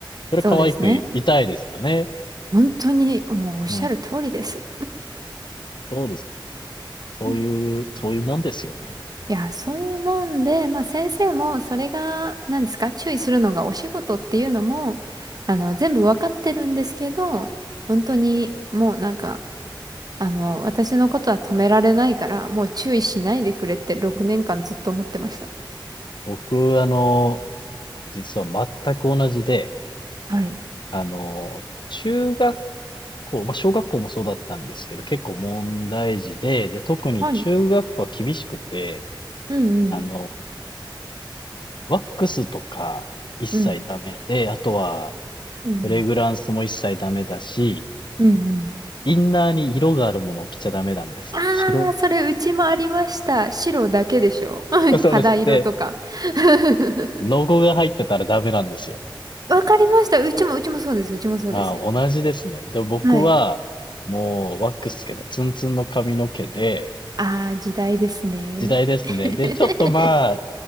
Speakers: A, on the left; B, on the right.
A: それ可愛くい、
B: そうですね。
A: いたいですよね。
B: 本当にもうおっしゃる通りです。
A: うん。そうです。そういう、
B: うん
A: そういうもんですよね。
B: いや、そういうもんで、まあ先生もそれが、何ですか、注意するのがお仕事っていうのも、あの、全部わかってるんですけど、本当にもうなんか、あの、私のことは止められないから、もう注意しないでくれって6年間ずっと思ってました。
A: うん。僕、あの、実は全く同じで、
B: はい。
A: あの、中学こう、まあ、小学校もそうだったんですけど、結構問題児で、で、特に中学校は厳しくて、
B: はい。うん
A: あの、ワックスとか一切ダメで、
B: うん。うん。
A: あとは、
B: うん。
A: フレグランスも一切ダメだし、
B: うんうん。
A: インナーに色があるものを着ちゃダメなんですよ。
B: ああ、
A: 白
B: それうちもありました。白だけでしょ
A: い、
B: <laughs>
A: <laughs> そうです。
B: 肌色とか。
A: で、
B: <laughs>
A: ロゴが入ってたらダメなんですよ。
B: わかりました。うちも、うちもそうです。うちもそうです。
A: ああ、同じですね。で、僕は、
B: はい。
A: もう、ワックスつけて、ツンツンの髪の毛で、
B: ああ、時代ですね。
A: 時代ですね。
B: <laughs>
A: で、ちょっとまあ、